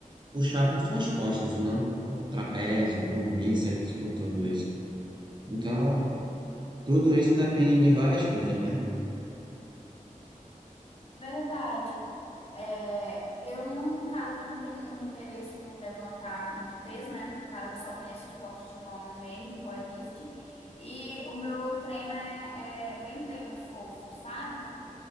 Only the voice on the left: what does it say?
Verdade. É, eu, no caso, não tenho muito interesse por levantar muito peso, né? No caso, eu só conheço o esporte de nome mesmo, powerlifting. E o meu treino é, é bem treino fofo, sabe?